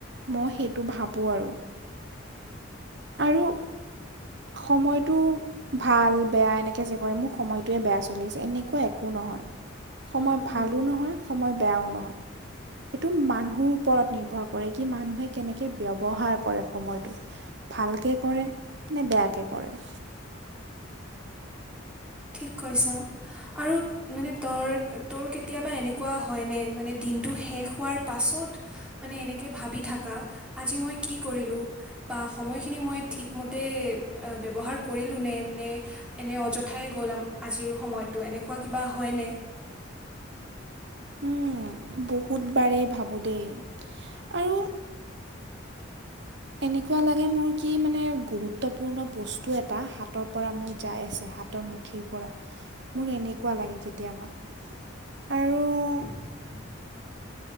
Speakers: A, on the right; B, in the centre.
A: মই সেই টো ভাবো আৰু। আৰু সময়টো ভাল বেয়া এনেকে যে কৰে মোৰ সময়টোয়ে বেয়া চলিছে এনেকুৱা একো নহয়, সময়
B: উম
A: ভালো
B: উম
A: নহয় সময় বেয়াও নহয়। এইটো মানুহৰ ওপৰত নিৰ্ভৰ কৰে কি মানুহে কেনেক কে ব্যৱহাৰ কৰে সময়টো ভালকে কৰে নে বেয়াকে কৰে।
B: <inaudible> ঠিক কৈছা। আৰু মানে তৰ তোৰ কেতিয়াবা এনেকুৱা হয় নে মানে দিনটো শেষ হোৱাৰ পাছত মানে এনেকে ভাবি থাকা আজি মই কি কৰিলো বা সময়খিনি মই ঠিক মতে আ ব্যৱহাৰ কৰিলোনে নে এনে অজ থাই গ'ল আজিৰ সময়টো এনেকুৱা কিবা হয়নে?
A: উম, বহুত বাৰেই ভাবো দেই আৰু এনেকুৱা লাগে মোৰ কি মানে গুৰুত্বপূৰ্ণ বস্তু এটা হাতৰ পৰা মোৰ যাই আছে। হাতৰ মুঠিৰ পৰা মোৰ এনেকুৱা লাগে কেতিয়াবা।
B: <unintelligible>
A: আৰু